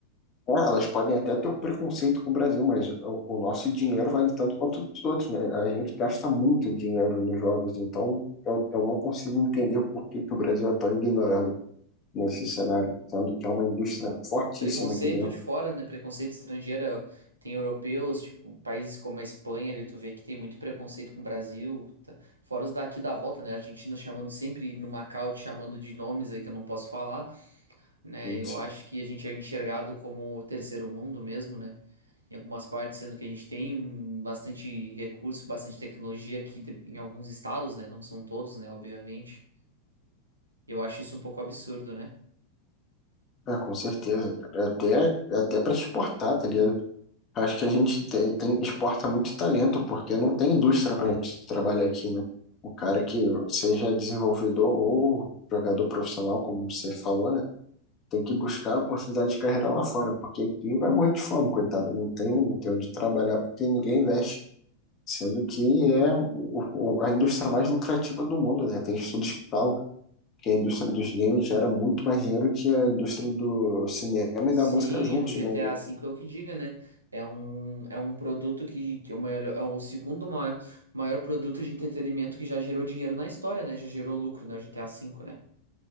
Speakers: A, on the left; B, on the right.
A: é, elas podem até ter um preconceito com o Brasil, mas o, o nosso dinheiro vale tanto quanto o dos outros, né? A gente gasta muito dinheiro nos jogos, então eu, eu não consigo entender por que que o Brasil é tão ignorado nesse cenário, sendo que é uma indústria fortíssima
B: Preconceito
A: aqui dentro.
B: de fora, né? Preconceito estrangeiro. Tem europeus, tipo, países como a Espanha, ali tu vê que tem muito preconceito com o Brasil. tá? Fora os daqui da volta, né? A Argentina chamando sempre no Macau, te chamando de nomes aí que eu não posso falar. né? Eu
A: Sim.
B: acho que a gente é enxergado como o terceiro mundo mesmo, né? Em algumas partes, sendo que a gente tem hum, bastante recurso, bastante tecnologia aqui de- em alguns estados, né? Não são todos, né? Obviamente. E Eu acho isso um pouco absurdo, né?
A: Ah, com certeza, cara. É Até, é até para exportar, tá ligado? Acho que a gente tem, tem- exporta muito talento, porque não tem indústria para a gente trabalhar aqui, né? O cara que seja desenvolvedor ou jogador profissional, como você falou, né? Tem que buscar oportunidade de carreira lá fora, porque aqui vai morrer de fome, coitado. Não tem, não tem onde trabalhar porque ninguém investe. Sendo que é o- o- a indústria mais lucrativa do mundo, né? Tem estudos que falam. que a indústria dos games gera muito mais dinheiro que a indústria do cinema
B: Sim,
A: e da música juntos,
B: o GTA
A: né?
B: V é o que diga, né? É um, é um produto que que é o maior- é o segundo maior, maior produto de entretenimento que já gerou dinheiro na história, né? Já gerou lucro, né? O GTA V, né?